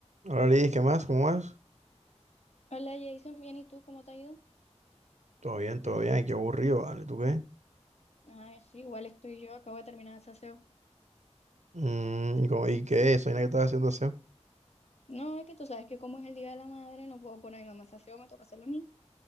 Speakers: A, on the right; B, on the left.
A: Hola Lidis, ¿qué más? ¿Cómo vas?
B: Hola Jason, bien, ¿y tú cómo te ha ido?
A: Todo bien, todo bien. Ay, Qué aburrido, ¿vale? ¿Tú qué?
B: Ah, sí, igual estoy yo, acabo de terminar el saseo.
A: Mm, ¿y cómo- y qué? Soy la que estaba haciendo aseo.
B: No, es que tú sabes que como es el Día de la Madre, no puedo poner a mi mamá a saseo, me toca hacerlo a mí.